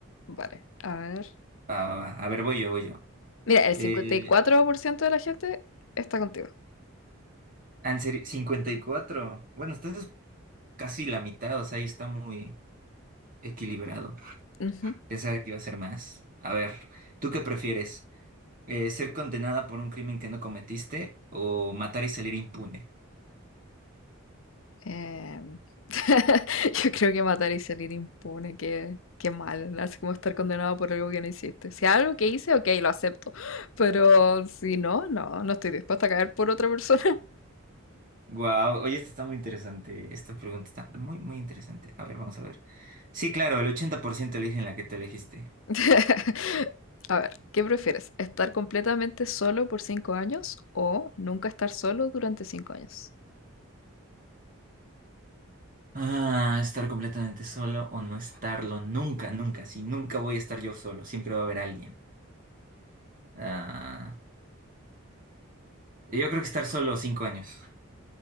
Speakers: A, on the left; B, on the right.
A: Vale, a ver.
B: Va, va, va. A ver, voy yo, voy yo.
A: Mira, el cincuenta
B: Eh,
A: y cuatro por ciento de la gente está contigo.
B: en serio, 54. Bueno, estás casi la mitad, o sea, ahí está muy equilibrado.
A: Ujú.
B: Pensaba que iba a ser más. A ver, ¿tú qué prefieres? Eh, ser condenada por un crimen que no cometiste o matar y salir impune.
A: Eh, <laughs> yo creo que matar y salir impune, qué, qué mal, así como estar condenado por algo que no hiciste. Si algo que hice, ok, lo acepto, pero si no, no, no estoy dispuesta a caer por otra persona.
B: Wow, oye, esta está muy interesante. Esta pregunta está muy, muy interesante. A ver, vamos a ver. Sí, claro, el 80% eligen la que te elegiste.
A: <laughs> A ver, ¿qué prefieres? ¿Estar completamente solo por cinco años o nunca estar solo durante cinco años?
B: Ah, estar completamente solo o no estarlo nunca, nunca. Sí, nunca voy a estar yo solo. Siempre va a haber alguien. Ah, yo creo que estar solo cinco años.